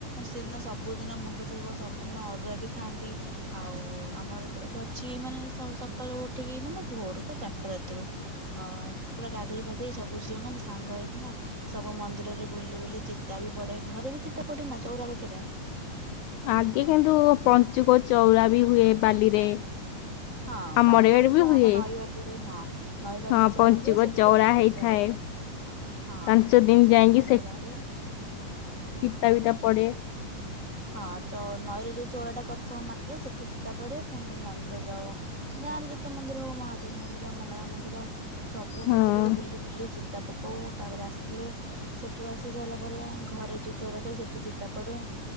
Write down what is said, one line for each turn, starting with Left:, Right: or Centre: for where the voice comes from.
Right: ସେଦିନ ସବୁଦିନ ମୁଣ୍ଡ ଧଥୋଇବ ସବୁଦିନ ଅରୁଆ ବି ଖାଆନ୍ତି ଆଉ ଆମର ଏଇଠି ଅଛି ମାନେ ସକାଳୁ ଉଠିକି ମାନେ ଭୋରୁ ପ ଚାରିଟା ରାତିରୁ ଅ ପୁରା ଗାଧେଇ ଫାଧେଇ ସବୁ ଝିଅ ମାନେ ସାଙ୍ଗ ହେଇକିନା ସବୁ ମନ୍ଦିରରେ ବୁଲି ବୁଲି ଚିତା ବି ପଡେ ଘରେ ବି ଚିତା ପଡେ ନା ଚଉରା ପାଖରେ
Left: ଆଗେ କିନ୍ତୁ ପଞ୍ଚୁକ ଚଉରା ବି ହୁଏ ବାଲିରେ।
Right: ହଁ
Left: ଆମର
Right: ବାଲିରେ
Left: ଇଆଡେ ବି
Right: ତ ଆମ
Left: ହୁଏ
Right: ନଈବାଲିରେ ହଁ ନଈବାଲିରେ
Left: ହଁ
Right: ଚଉରା
Left: ପଞ୍ଚୁକ
Right: ହୁଏ ସେଠି
Left: ଚଉରା
Right: ଆଗେ ପୂଜା
Left: ହେଇଥାଏ।
Right: କରୁ ହଁ
Left: ପାଞ୍ଚ ଦିନ
Right: ସେଠି
Left: ଯାଇକି
Right: ଚଉରା ହୁଏ।
Left: କବତା ପଢେ।
Right: ହଁ ନଈରେ ଯୋଉ ଚଉରା ଟା କରିଥ ମାଟିର ସେଠି ସୀତା ପଡେ। ପୁଣି ମନ୍ଦିର ଯାଉ ଗାଁରେ ଯେତେ ମନ୍ଦିର ହଉ ମହାଦେବ ମନ୍ଦିର ମଙ୍ଗଳା ମନ୍ଦିର। ହଁ। ସବୁ
Left: ହଁ।
Right: ମନ୍ଦିରରେ ବୁଲି ବୁଲି ଚିତା ପକଉ ତାପରେ ଆସିଲେ ସେଠୁ ଆସି ସାରିଲା ପରେ ଘରେ ଯୋଉ ଚୋରା ଥାଏ ସେଠି ଚିତା ପଡେ